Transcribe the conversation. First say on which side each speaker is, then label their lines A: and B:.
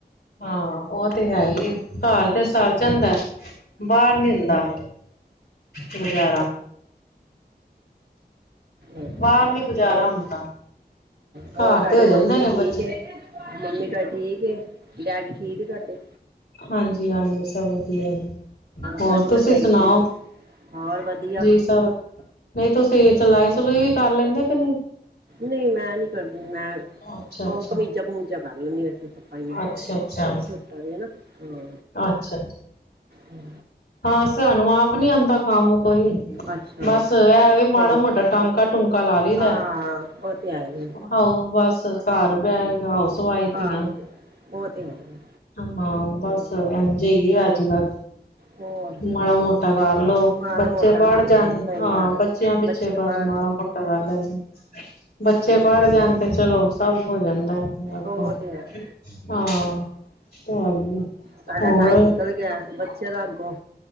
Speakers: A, on the left; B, on the right.
A: ਹਾਂ ਓ ਤੇ ਹੈ ਈ ਏ ਕੱਰ ਤੇ ਸਰ ਜਾਂਦਾ ਬਾਰ ਨੀ ਹੁੰਦਾ ਗੁਜ਼ਾਰਾ
B: ਹਾਂ ਅੱਜ-ਕਲ
A: ਬਾਹਰ ਨੀ ਗੁਜ਼ਾਰਾ
B: ਹੋਰ
A: ਹੁੰਦਾ
B: ਹੋਰ
A: ਘਰ
B: ਤੁਆਡੀ
A: ਤੇ ਹੋ
B: ਮੰਮੀ
A: ਜਾਂਦੇ ਨੇ
B: ਠੀਕ
A: ਬੱਚੇ
B: ਏ ਮੰਮੀ ਤਾਡੇ ਠੀਕ ਏ ਡੈਡੀ ਠੀਕ ਏ ਤੁਆਡੇ?
A: ਹਾਂਜੀ-ਹਾਂਜੀ ਸਭ ਵਧੀਆ ਜੀ ਹੋਰ
B: ਤੁਹਾਡੀ
A: ਤੁਸੀਂ
B: ਭਰਜਾਈ
A: ਸੁਣਾਓ
B: ਠੀਕ ਹੈ ਹੋਰ ਵਧੀਆ।
A: ਅੱਛਾ ਨਈ ਤੁਸੀਂ ਸਲਾਈ-ਸਲੂਈ ਵੀ ਕਰ ਲੈਂਦੇ ਓ ਕੇ ਨਈ
B: ਨਈ ਮੈਂ ਨੀ ਕਰਦੀ ਮੈਂ
A: ਅੱਛਾ ਅੱਛਾ
B: ਓ ਕਮੀਜ਼ਾਂ-ਕੁਮੀਜਾਂ ਕਰ ਲੈਂਨੀ ਆ ਤਰਪਾਇਆਂ।
A: ਅੱਛਾ-ਅੱਛਾ,
B: ਸੁੱਟਾਂ ਦੀ ਹੈਨਾ, ਹਾਂ
A: ਅੱਛਾ ਅੱਛਾ
B: ਹੂੰ
A: ਹਾਂ ਸਾਨੂੰ ਆਪ ਨੀ ਆਉਂਦਾ ਕੰਮ ਕੋਈ
B: ਅੱਛਾ
A: ਬਸ ਇਹ ਵੀ
B: ਤੇ
A: ਮਾੜਾ ਮੋਟਾ ਟਾਂਕਾ ਟੂੰਕਾ ਲਾ ਲਈਦਾ
B: ਹਾਂ ਉਹ ਤੇ ਆਏ
A: ਆਹੋ ਬਸ ਘਰ ਬੈਠ ਹਾਊਸ ਵਾਈਫ
B: ਹਾਂ
A: ਈ ਓ
B: ਉਹ ਤੇ ਆਏ
A: ਹਾਂ ਬੱਸ ਹਾਂਜੀ ਅੱਜ ਕੱਲ
B: ਹੋਰ
A: ਮਾੜਾ ਮੋਟਾ ਕਰਲੋ
B: ਮਾੜਾ
A: ਬੱਚੇ
B: ਮੋਟਾ
A: ਪੜ
B: ਕੰਮ
A: ਜਾਣ
B: ਸਹੀ
A: ਹਾਂ
B: ਗੱਲ ਐ
A: ਬੱਚਿਆਂ ਪਿੱਛੇ
B: ਬੱਚੇ
A: ਬਸ
B: ਪੜ੍ਹਨ
A: ਮਾੜਾ ਮੋਟਾ <unintelligible> ਬੱਚੇ ਪੜ ਜਾਣ ਤੇ ਚਲੋ ਸਭ ਹੋ ਜਾਂਦਾ ਐ
B: ਉਹ
A: ਹਾਂ
B: ਤੇ ਹੈ
A: ਚੱਲ
B: ਸਾਡਾ
A: ਹੋਰ
B: ਟਾਈਮ
A: <unintelligible>
B: ਨਿਕਲ ਗਿਆ ਬੱਚਿਆਂ ਦਾ ਅੱਗੋਂ